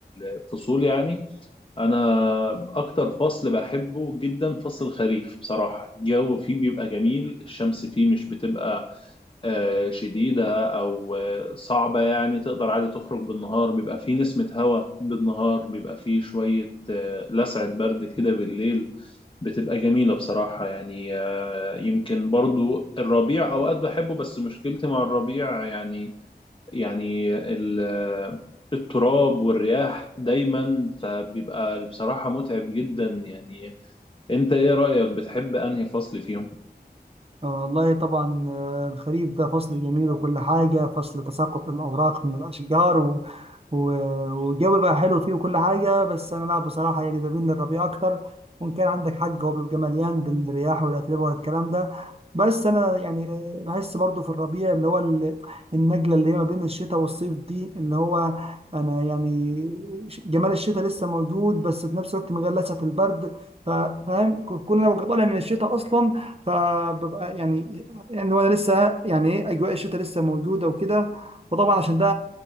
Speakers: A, on the left (about 30°); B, on the right (about 35°).
A: الفصول يعني أنا أكتر فصل بحبه جدا فصل الخريف بصراحة الجو فيه بيبقى جميل الشمس فيه مش بتبقى آه، شديدة أو آه، صعبة يعني تقدر عادي تخرج بالنهار بيبقى فيه نسمة هواء بالنهار بيبقى فيه شوية آه، لسعة برد كده بالليل بتبقى جميلة بصراحة يعني آه، يمكن برضو الربيع أوقات بحبه بس مشكلتي مع الربيع يعني يعني ال- آه، التراب والرياح دايما فبيبقى بصراحة متعب جدا يعني أنت إيه رأيك بتحب أنهي فصل فيهم؟
B: آه، والله طبعا آه، الخريف ده فصل جميل وكل حاجة فصل تساقط الأوراق من الأشجار و- والجو بقى حلو فيه وكل حاجة بس أنا لا بصراحة يعني بميل للربيع أكتر وإن كان عندك حق هو بيبقى مليان بالرياح والأتربة والكلام ده بس أنا يعني آه، بحس برضو في الربيع اللي هو ال- النجلة اللي هي ما بين الشتاء والصيف دي اللي هو أنا يعني ش- جمال الشتاء لسه موجود بس في نفس الوقت من غير لسعة البرد ف- فاهم ك- كون أنا ببقى طالع من الشتاء أصلا فببقى يعني يعني هو أنا لسه يعني إيه أجواء الشتاء لسه موجودة وكده وطبعا عشان ده